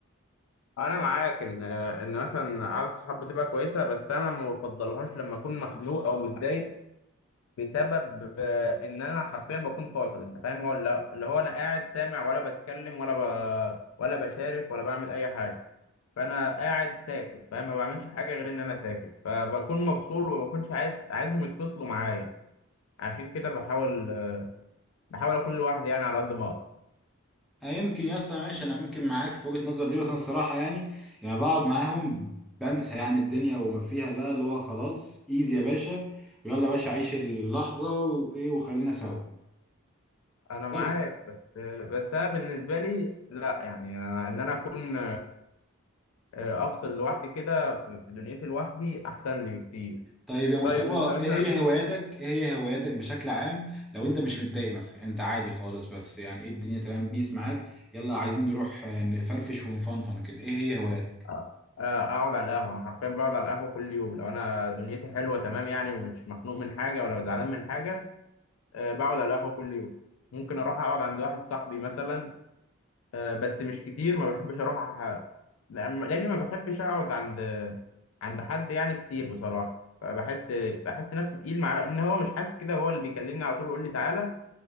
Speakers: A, on the left; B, in the centre.
A: انا معاك ان آه، ان مثلا قعده الصحاب بتبقى كويسه بس انا ما بفضلهاش لما اكون مخنوق او متضايق بسبب آه، ان انا حرفيا بكون فاصل انت فاهم هو لا- اللي هو انا قاعد سامع ولا بتكلم ولا ب... ولا بشارك ولا بعمل اي حاجه فانا قاعد ساكت فاهم ما بعملش حاجه غير ان انا ساكت فبكون مفصول وما بكونش عايز عايزهم يتصلوا معايا عشان كده بحاول بحاول اكون لوحدي يعني على قد ما اقدر
B: أه يمكن يا اسطى ماشي انا يمكن معاك في وجهه نظر دي بس انا الصراحه يعني لما بقعد معاهم بنسى يعني الدنيا وما فيها بقى اللي هو خلاص ايزي يا باشا يلا يا باشا عيش اللحظه وايه وخلينا سوا
A: انا معاك
B: بس
A: بس بس انا بالنسبه لي لا يعني أنا ان انا اكون آه، افصل لوحدي كده في في دنيتي لوحدي احسن لي بكتير
B: طيب يا مصطفى
A: طيب انت مثلا
B: ايه هي هواياتك ايه هي هواياتك بشكل عام لو انت مش متضايق مثلا انت عادي خالص بس يعني ايه الدنيا تمام بيس معاك يلا عايزين نروح آه، نفرفش ونفنفن كده ايه هي هواياتك
A: آه. آه، اقعد على القهوه انا حرفيا بقعد على القهوه كل يوم لو انا دنيتي حلوه تمام يعني ومش مخنوق من حاجه ولا زعلان من حاجه أه بقعد على القهوه كل يوم ممكن اروح اقعد عند واحد صاحبي مثلا أه بس مش كتير ما بحبش اروح أح- لأن لأني ما بحبش اقعد عند عند حد يعني كتير بصراحه فبحس بحس نفسي تقيل مع ان هو مش حاسس كده هو اللي بيكلمني على طول يقول لي تعالى